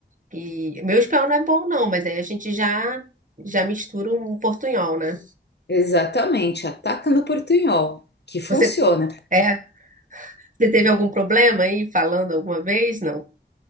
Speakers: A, on the right; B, on the left.
A: E meu espanhol não é bom, não, mas aí a gente já já mistura um portunhol, né?
B: Exatamente, ataca no portunhol, que funciona.
A: Você é, você teve algum problema aí falando alguma vez? Não.